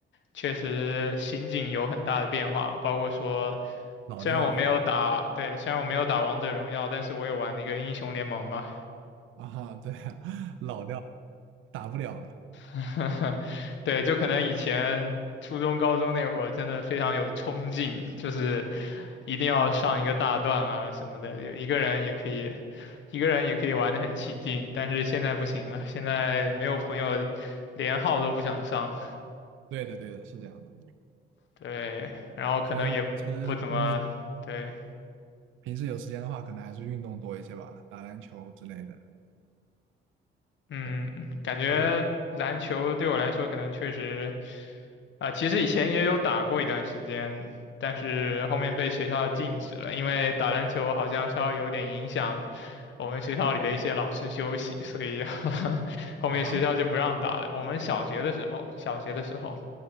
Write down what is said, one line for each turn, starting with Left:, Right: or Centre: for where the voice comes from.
Left: 确实心境有很大的变化，包括说。
Right: 老掉了
Left: 虽然我没有打，对，虽然我没有打王者荣耀，但是我有玩那个英雄联盟嘛，
Right: <laughs> 啊，对啊，<laughs> 老掉了，打不了了。
Left: <laughs> 对，就可能以前初中、高中那会儿真的非常有冲劲，就是一定要上一个大段啊什么的，有一个人也可以，一个人也可以玩得很起劲，但是现在不行了，现在没有朋友，连号都不想上，
Right: 对的，对的，是这样的。
Left: 对，然后可能也不怎么，
Right: 所以说平时，嗯，
Left: 对，
Right: 平时有时间的话，可能还是运动多一些吧，打篮球之类的。
Left: 嗯，
Right: 对，
Left: 感觉篮球对我来说可能确实。
Right: 就是
Left: 啊、其实以前也有打过一段时间，但是后面被学校禁止了，因为打篮球好像稍微有点影响我们学校里的一些老师休息，所以 <laughs> 后面学校就不让打了。
Right: 啊
Left: 我们小学的时候，小学的时候，